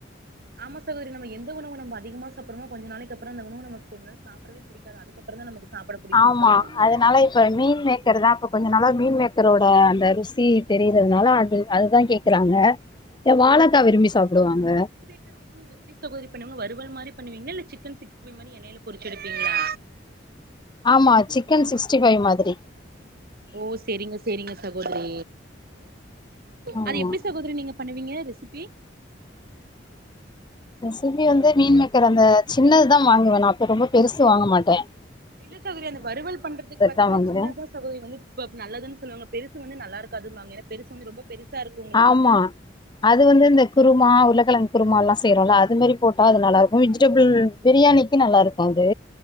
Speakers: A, on the right (about 55°); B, on the left (about 25°).
A: ஆமா சகோதரி நம்ம எந்த உணவு நம்ப அதிகமா சாப்புரோமோ கொஞ்ச நாளைக்கு அப்றோ அந்த உணவு நம கொஞ்ச நாள் சாப்புடவே பிடிக்காது அதுக்குக்கப்பறோந்தா நமக்கு சாப்பாட புடிக்குன்னு
B: ஆமா
A: சொல்லுவாங்க
B: அதனால இப்ப மீல் மேக்கர் தா இப்ப கொஞ்ச நாளா மீல் மேக்கரோட அந்த ருசி தெரிறதுனால அது அதுதா கே க்குறாங்க எஸவாழக்கா விரும்பி சாப்புடுவாங்க
A: <unintelligible> ஊத்தி நீங்க எப்டி சகோதரி பண்ணுவங்க வருவல் மாரி பண்ணுவீங்களா இல்ல சிக்கன் சிக்ஸ்டிஃபை மாரி எண்ணையில பொறிச்சு எடுப்பீங்களா
B: ஆமா சிக்கன் சிக்ஸ்டி ஃபைவ் மாதிரி
A: ஓ சேரிங்க சேரிங்க சகோதரி
B: ஆமா
A: அது எப்டி சகோதரி நீங்க பண்ணுவீங்க ரெசிபி
B: ரெஸிபி வந்த மீல் மேக்கற் அந்த சின்னதுதா வாங்குவே நா அப்ப ரொம்ப பெருசு வாங்க மாட்டே
A: இல்ல சகோதரி அந்த வறுவல் பண்றதுக்கு பாத்தீங்கன்னா
B: தான் வாங்குவேன்
A: சின்னதா சகோதரி வந்து இப்ப நல்லதுன்னு சொல்லாங்க பெருசு வந்து நல்லா இருக்காதுனும்பாங்க ஏன்னா பெருச வந்து ரொம்ப பெருசா இருக்கு
B: ஆமா அது வந்து இந்த குருமா உருளக்கெழங்கு குருமா எல்லா செய்யறோல அது மாரி போட்டா அது நல்லா இருக்கு விஜிடபிள் பிரியாணி க்கு நல்லா இருக்கு அது